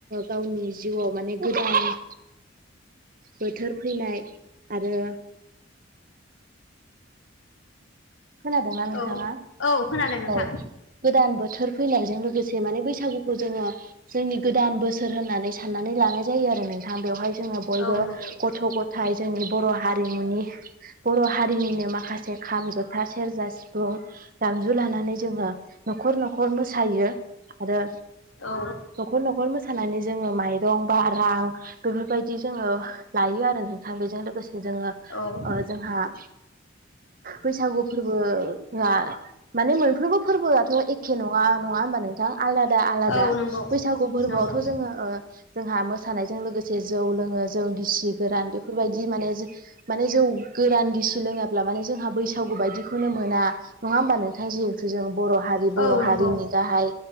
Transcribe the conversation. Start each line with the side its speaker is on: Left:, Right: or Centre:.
Right: गावनि जिउआव माने गोदान बोथोर फैनाय आरो खोनादोंना नोंथाङा
Left: औ औ खोनादों नोंथां
Right: औ गोदान बोथोर फैलायजों लोगोसे माने बैसागुखौ जोङो जोंनि गोदान बोसोर होननानै साननानै लानाय जायो आरो नोंथां बेवहाय जोङो बयबो
Left: औ नंगौ
Right: गथ गथाय जोंनि बर हारिमुनि बर हारिनिनो माखासे खाम जथा सेरजा सिफुं दामजु लानानै जोङो नखर नखर मोसायो। आरो
Left: औ
Right: नखर नखर मोसानानै जोङो माइरं बा रां बेफोरबायदि जोङो लायो आरो नोंथां बेजों लोगोसे जोङो
Left: औ
Right: ओ जोंहा बैसागु फोरबोआ माने मोनफ्रोमबो फोरबोआथ एखे नङा नङा होनबा नों दा आलादा आलादा
Left: औ नंगौ
Right: बैसागु फोरबोआवथ
Left: नंगौ
Right: जोङो ओ जोंहा मोसानायजों लोगोसे जौ लोङो जौ गिसि गोरान बेफोरबायदि माने जो माने जौ गोरान गिसि लोङाब्ला माने जोंहा बैसागु बायदि खौनो मोना नङा होमबा नोंथां जिहुथु जों बर हारि बर
Left: औ नंगौ
Right: हारिनि गाहाय